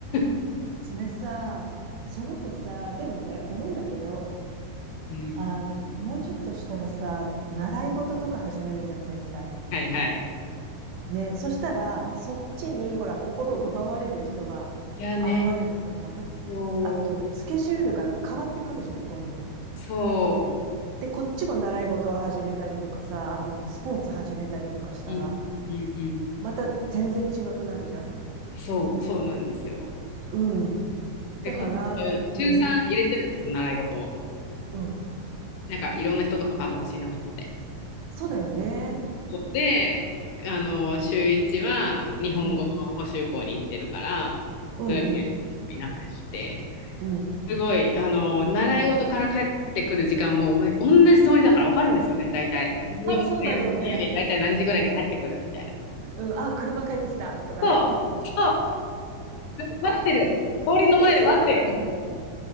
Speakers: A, on the left; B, on the right.
A: <laughs>
B: それさ、その子さ、でもね、思うんだけど、
A: うん、
B: あの、もうちょっとしたらさ、習い事とか始めるじゃん、絶対。
A: はいはい。
B: ね、そしたら、そっちに、ほら、心を奪われる人が
A: いやね、
B: 現れるとか、
A: そう、
B: あと、スケジュールが変わってくるじゃん、今度。
A: そ
B: で、こっちも習い事を始めたりとかさ、あの、スポーツ始めたりとかしたら、
A: う、うん、うん、うん、
B: また全然違くなるじゃん
A: そう、そうなんですよ。
B: うん。
A: で、
B: だから、
A: こ、中さん週3入れてるんですよ、
B: うん、
A: 習い事を。
B: うん。
A: なんかいろんな人と関わってほしいなと思って。
B: そうだよね。
A: そうで、あの、週1は日本語補習校に行ってるから、
B: うん、うん、
A: 土曜日もいなくって、
B: うん、うん。
A: すごい、あの、習い事から帰ってくる時間も、まあ、同じ通りだから分かるんですよね、大体。何曜日と何曜日と何曜日、
B: あ、そうだろうね。
A: 大体何時ぐらいに帰ってくるみたいな。
B: うん、あ、車帰ってきたとかね。
A: そう、そう、待ってる。通りの前で待ってる。
B: <laughs> そう、